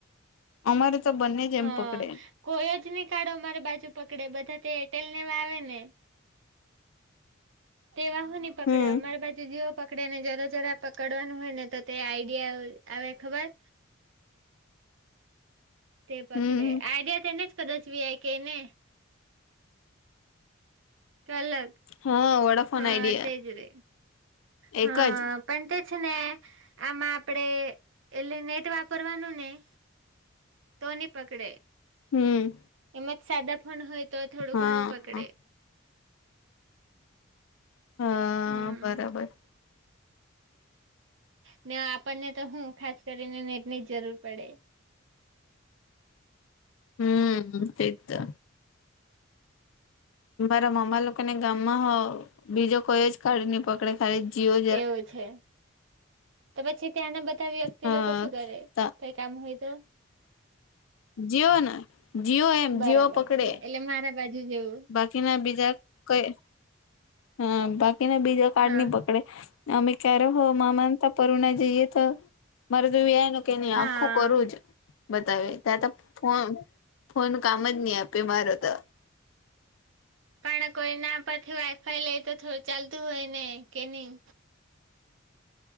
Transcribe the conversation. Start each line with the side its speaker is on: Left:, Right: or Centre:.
Left: અમારે તો બંને જ એમ
Right: હા
Left: પકડે.
Right: કોઈ જ નહી કાઢો મારે બાજુ પકડે બધા તે એરટેલ લેવા આવે ને, તે વા હું ની પકડે
Left: હમ
Right: અમારી બાજુ જીઓ. પકડે ને જરા જરા પકડવાનું હોય ને તો તે આઈડિયા આવે ખબર, તે પકડે
Left: હમ
Right: આઈડિયા તેને કદાચ વી આઈ કે ને, કલર
Left: હા વડાફોન
Right: હા
Left: આઈડિયા
Right: તેજ રે, હા
Left: એક જ
Right: પણ તે છે ને આમાં આપણે એટલે નેટ વાપરવાનું નહીં. તો નહી પકડે,
Left: હમ
Right: એમ જ સાદા ફોન હોય તો થોડું
Left: હા
Right: ઘણું પકડે.
Left: હા
Right: હમ
Left: બરાબર,
Right: ને આપણને તો હું ખાસ કરીને નેટની જ જરૂર પડે.
Left: હમ તે જ તો. મારા મામા લોકોને ગામમાં બીજો કોઈ જ કાર્ડ નહી પકડે ખાલી જીઓ જ
Right: એવું છે તો પછી ત્યાંના બધા વ્યક્તિ
Left: હા
Right: લોકો શું કરે
Left: ત
Right: કઈ કામ હોય તો
Left: જીઓ ને જીઓ એમ
Right: બરાબર
Left: જીઓ પકડે
Right: છે એટલે મારા બાજુ જેવું
Left: બાકીના બીજા કઈ હા બાકીના બીજા કાર્ડ
Right: હા
Left: નહી પકડે પછી અમે જ્યારે હો મામા તે ત્યાં પરુણા જઈએ તો મારું જે વી આઈ નો કે નહી
Right: હા
Left: આખું કોરું જ બતાવે ત્યાં તો ફોન ફોન કામ જ નહી આપે મારે તો
Right: પણ કોઈના પરથી વાઈફાઈ લઈ તો થોડું ચાલતું હોય ને કે નહી